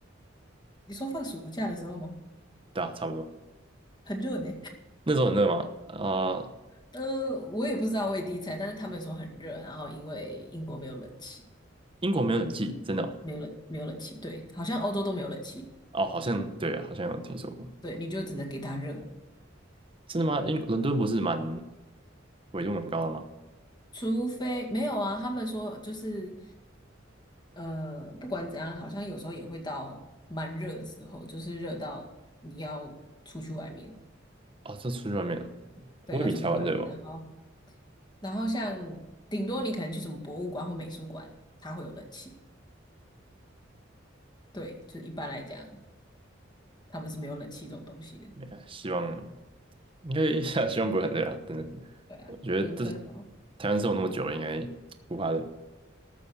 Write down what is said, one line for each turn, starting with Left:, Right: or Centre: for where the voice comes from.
Left: 你说放暑假的时候吗？
Right: 对啊，差不多。
Left: 很热呢。
Right: 那时候很热吗？啊、
Left: 呃，我也不知道，我也第一次来，但是他们说很热，然后因为英国没有冷气，
Right: 英国没有冷气，真的哦。
Left: 没有冷，没有冷气，对，好像欧洲都没有冷气，
Right: 哦好像对啊，好像有听说过。
Left: 对，你就只能给它热，
Right: 真的吗？英伦敦不是蛮纬度蛮高的吗？
Left: 除非没有啊，他们说就是，呃，不管怎样，好像有时候也会到蛮热的时候，就是热到你要出去外面，
Right: 哦，这出去外面了，
Left: 对，
Right: 不会比台湾热吧？
Left: 要出去外面，然后然后像顶多你可能去什么博物馆或美术馆，它会有冷气，对，就是一般来讲，他们是没有冷气这种东西的，
Right: 没看，希望应该 <laughs> 希望不会很累啊，真的。
Left: 对啊，
Right: 我觉得这
Left: 伦敦哦。
Right: 台湾生活那么久了，应该不怕累。